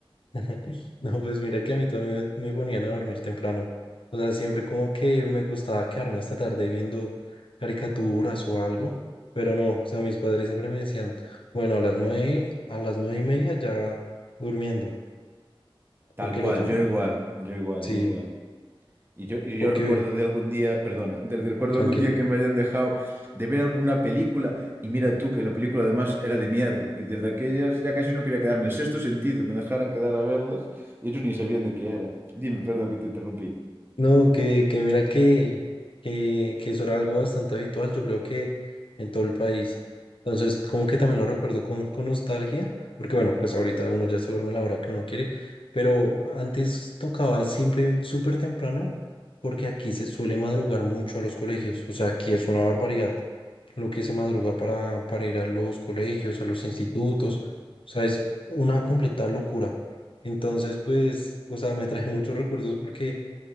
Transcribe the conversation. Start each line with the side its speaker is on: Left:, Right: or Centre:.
Left: <laughs> No, pues mira que a mí también me me ponían a dormir temprano. O sea, siempre como que me gustaba quedarme hasta tarde viendo caricaturas o algo, pero no, o sea, mis padres siempre me decían, bueno, a las nueve, a las nueve y media ya durmiendo,
Right: Tal
Left: porque
Right: cual,
Left: el otro,
Right: yo
Left: ma-
Right: igual. Yo igual,
Left: sí,
Right: yo igual. Y yo, y
Left: porque
Right: yo recuerdo de algún día, perdona, de- de- recuerdo
Left: tranquilo.
Right: algún día que me hayan dejado de ver alguna película, y mira tú que la película además era de miedo, y desde aquellas ya casi no quería quedarme, el sexto sentido, me dejaron quedar a verlas, y ellos ni sabían de qué era. Dime, perdón que te interrumpí.
Left: No, que, que mira que, que, que eso era algo bastante habitual, yo creo que en todo el país. Entonces, como que también lo recuerdo con, con nostalgia, porque bueno, pues ahorita uno ya se duerme a la hora que uno quiere, pero antes tocaba siempre súper temprano, porque aquí se suele madrugar mucho a los colegios, o sea, aquí es una barbaridad lo que se madruga para, para ir a los colegios, a los institutos, o sea, es una completa locura. Entonces, pues, o sea, me trae <laughs> muchos recuerdos porque